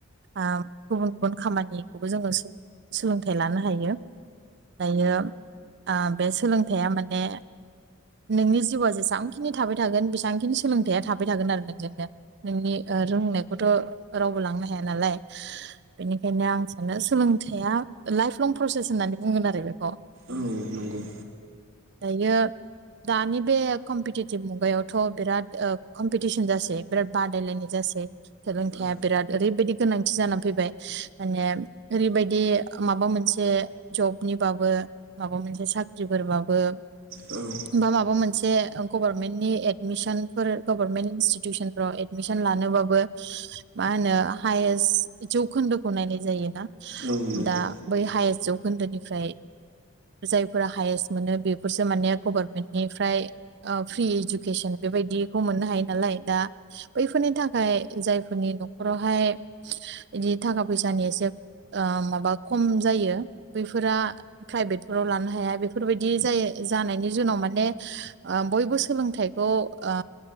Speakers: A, on the right; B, on the right.
A: ओ गुबुन गुबुन खामानिखौबो जोङो सोलोंथाइ लानो हायो। दायो आ बे सोलोंथाइया माने। नोंनि जिउआ जेसेबांखिनि थाबाय थागोन बेसेबांखिनि सोलोंथाइया थाबाय थागोन आरो नोंजोंनो। नोंनि ओ रोंनायखौथ' रावबो लांनो हाया नालाय। बेनिखायनो आं सानो सोलोंथाइया लाइफ लं प्रसेस होननानै बुंगोन आरो बेखौ।
B: औ नंगौ।
A: दायो। दानि बे कमपिटिटिभ मुगायावथ' बिराद कमपिटिसन जासै बिराद बादायलायनाय जासै। सोलोंथाइया
B: औ
A: बिराद ओरैबायाददि गोनांथि जानानै फैबाय माने ओरैबायदि माबा मोनसे जबनिबाबो। माबा मोनसे साख्रिफोरबाबो
B: औ।
A: बा माबा मोनसे गभारनमेन्टनि एदमिसन फोर गभारनमेन्ट इनस्टिटिउसनफ्राव एद मिसन लानोबाबो मा होनो हायेस्ट जौखोन्दोखौ नायनाय जायोना
B: औ नंगौ
A: दा बै हाया जौखोन्दोनिफ्राय। जायफोरा हायेस्ट मोनो बेफोरसो माने गभारमेन्टनिफ्राय। ओ फ्रि इडुकेसन बेबायदिखौ मोननो हायो नालाय दा बैफोरनि थाखाय। जायफोरनि न'खरावहाय बिदि थाखा फैसानि एसे। ओ माबा खम जायो बैफोरा। प्राइभेटफोराव लानो हाया बेफोरबायदि जायो जानायनि जाउनाव माने। ओ बयबो सोलोंथाइखौ ओ